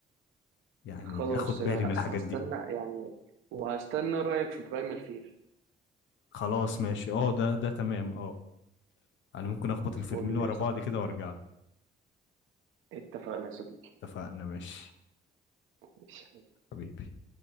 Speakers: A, on the left; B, on the right.
A: يعني
B: خلاص
A: اخد بالي
B: هست-
A: من الحاجات
B: هستنى
A: دي
B: يعني وهستنى رايك في برايمال فير
A: خلاص ماشي اه ده ده تمام اه انا ممكن اخبط الفيلمين
B: فول
A: ورا
B: يا صاحبي
A: بعض كده وارجع لك
B: اتفقنا يا صديقي
A: اتفقنا ماشي
B: ماشي.
A: حبيبي